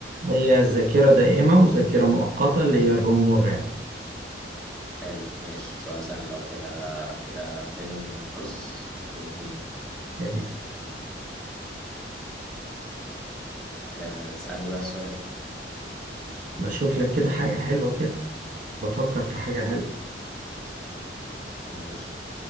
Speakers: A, on the right; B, in the centre.
A: هي ذاكرة دائمة وذاكرة مؤقتة اللي هي الروم والرام
B: حلو ماشي سؤال سهل لو كده كده اتنين ونص واتنين
A: تمام
B: آه، تسألني بقى السؤال
A: بشوف لك كده حاجة حلوة كده بفكر في حاجة حلوة
B: ماشي